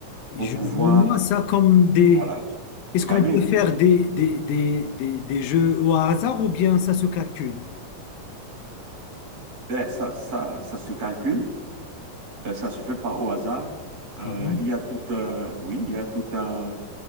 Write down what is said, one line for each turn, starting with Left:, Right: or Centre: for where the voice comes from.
Left: Je
Right: pour pouvoir,
Left: vois moi ça comme des...
Right: voilà,
Left: Est-ce
Right: gagner.
Left: qu'on peut faire des, des, des, des, des jeux au hasard ou bien ça se calcule?
Right: Ben, ça, ça, ça se calcule, euh, ça se fait pas au hasard.
Left: Ah
Right: Euh,
Left: bon?
Right: il y a toute, euh, oui, il y a toute un-